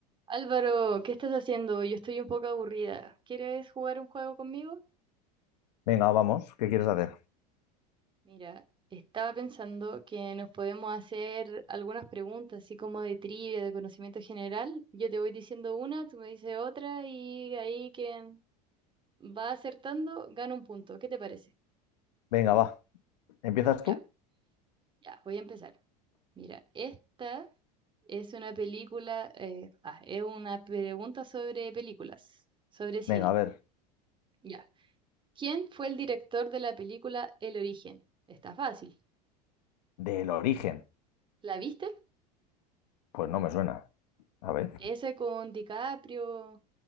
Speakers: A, on the right (about 25°); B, on the left (about 85°).
A: Álvaro, ¿qué estás haciendo? Yo estoy un poco aburrida. ¿Quieres jugar un juego conmigo?
B: Venga, vamos, ¿qué quieres hacer?
A: Mira, estaba pensando que nos podemos hacer algunas preguntas, así como de trivia, de conocimiento general. Yo te voy diciendo una, tú me dices otra y ahí quien va acertando gana un punto. ¿Qué te parece?
B: Venga, va. ¿Empiezas
A: Ya,
B: tú?
A: ya, voy a empezar. Mira, esta es una película, eh, ah, es una pregunta sobre películas, sobre cine.
B: Venga, a ver.
A: Ya. ¿Quién fue el director de la película El Origen? Está fácil.
B: Del origen.
A: ¿La viste?
B: Pues no me suena. A ver.
A: Ese con DiCaprio,